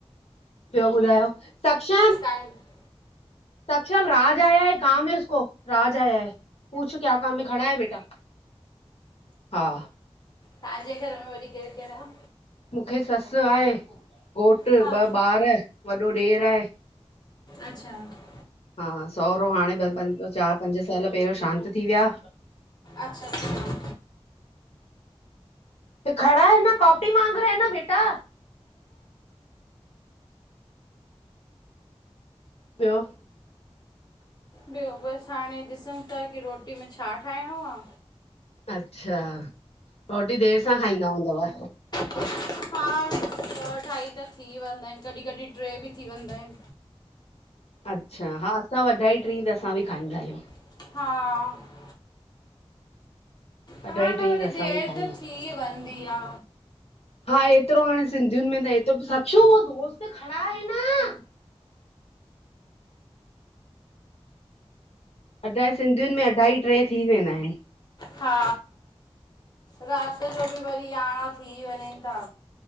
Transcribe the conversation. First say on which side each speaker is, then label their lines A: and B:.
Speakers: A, on the left (about 70°); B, on the left (about 40°).
A: ॿियो ॿुधायो --
B: ऐं -- <inaudible>
A: सक्षम राज आया हे काम हे उसको राज आया हे। पूछो क्या काम में खड़ा हे बेटा हा।
B: तव्हांजे घर में वरी केर केर आ।
A: मूंखे ससु आहे घोट ॿ
B: हा
A: ॿार वॾो ॾेर आहे।
B: अच्छा --
A: हा सहुरो हाणे चार पंज साल पहरियों शांत थी विया।
B: अच्छा- अच्छा --
A: तो खड़ा हे न कॉपी माग रहा ह न बेटा। ॿियो --
B: ॿियो बस हाणे ॾिसूं था की रोटी में छा ठाहिणो आ।
A: अच्छा रोटी देर सां खाईंदा हूंदव।
B: हार ॿ अढाई त थी वेंदा आहिन कॾहिं कॾहिं ट्रे भी थी वेंदा आहिन।
A: अच्छा! हा असां वढाई टीं त असां बि खाईंदा आहियूं।
B: हा पाण
A: अढाई
B: में
A: टीं
B: वरी
A: त असां
B: देर
A: बि खाईंदा
B: त
A: आहियूं
B: थी वेंदीआ।
A: हा हेएतिरो हाणे सिंधियुन में त हेतुब् साचू वो दोस्त खड़ा हे ना -- अढाई सिंधियुनि में अढाई टे् थी वेंदा आहिन।
B: हा रात जो बि वरी यारहं थी वञनि था।